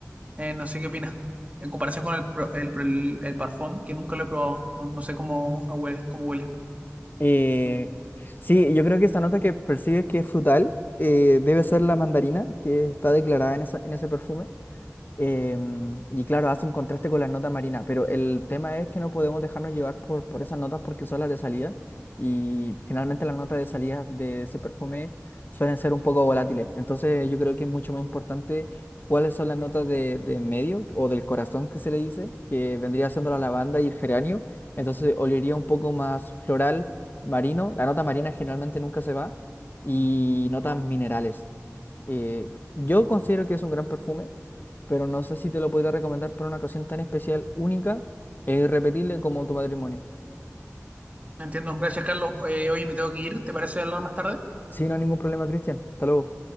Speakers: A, on the right; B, on the left.
A: Eh, no sé qué opinas. En comparación con el, pro- el, el, el parfum, que nunca lo he probado. No, no sé cómo, no huele, cómo huele.
B: Eh, sí, yo creo que esta nota que percibes que es frutal eh, debe ser la mandarina que está declarada en esa- en ese perfume. Em, y claro, hace un contraste con las notas marinas, pero el tema es que no podemos dejarnos llevar por, por esas notas porque son las de salida y generalmente las notas de salida de ese perfume suelen ser un poco volátiles. Entonces yo creo que es mucho más importante cuáles son las notas de, de en medio o del corazón que se le dice, que vendría siendo la lavanda y el geranio. Entonces olería un poco más floral, marino. La nota marina generalmente nunca se va y notas minerales. Eh, yo considero que es un gran perfume, pero no sé si te lo podría recomendar para una ocasión tan especial, única e irrepetible como tu matrimonio.
A: No Entiendo. Gracias, Carlos. Eh, oye, me tengo que ir. ¿Te parece hablar más tarde?
B: Sin ningún problema, Cristian. Hasta luego.